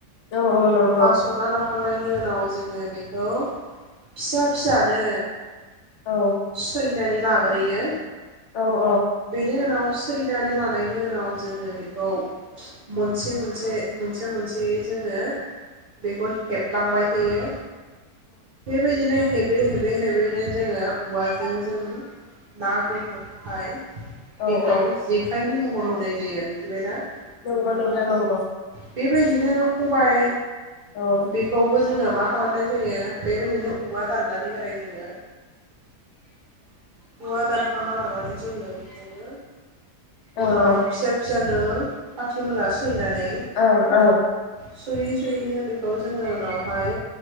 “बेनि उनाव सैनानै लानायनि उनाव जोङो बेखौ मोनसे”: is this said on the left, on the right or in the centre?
Right